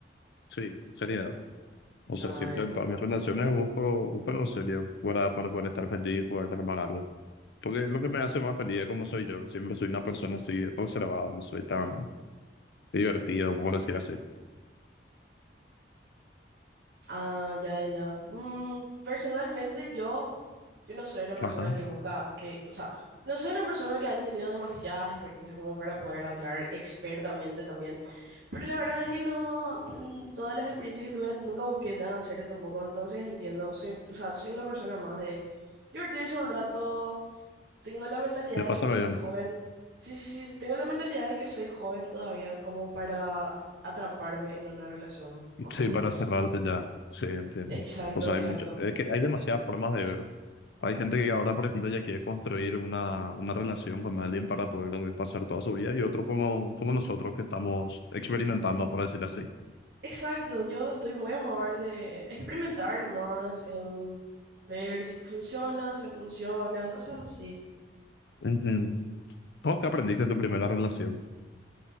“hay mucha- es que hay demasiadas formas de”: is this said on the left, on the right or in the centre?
Left